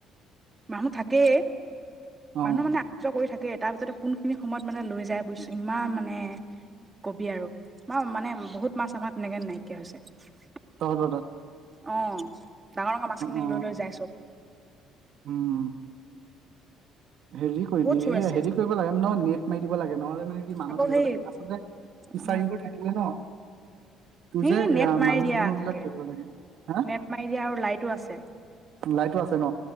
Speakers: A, on the right; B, on the right.
A: মানুহ থাকেই।
B: অ
A: মানুহ মানে অহা যোৱা কৰি থাকেই। তাৰ পিছতে কোন খিনি সময়ত মানে লৈ যায় বুজছ ইমান মানে কবি আৰু মা মানে বহুত মাছ আমাৰ তেনেকে নাইকিয়া হৈছে।
B: তহঁতৰতাত
A: অ, ডাঙৰ ডাঙৰ মাছখিনি
B: অ
A: লৈ লৈ যাই চব।
B: উম হেৰি কৰিবি,
A: বহুত চোৰ
B: এ
A: আছে
B: হেৰি কৰিব লাগে নহ নেট মাৰি দিব লাগে নহলে মানে কি মানুহ
A: আকৌ
B: থাকিব
A: সেই
B: লাগিব। আচলতে,
A: অ
B: ইিচাৰিবোৰ থাকিলে ন তোৰ
A: এই
B: যে
A: নেট
B: ইয়াৰ
A: মাৰি
B: মানহ
A: দিয়া
B: দুনুহ
A: থাকে
B: বিলাক থাকিব লাগে। হা
A: নেট মাৰি দিয়া আৰু লাইটো আছে
B: লাইটটো আছে ন।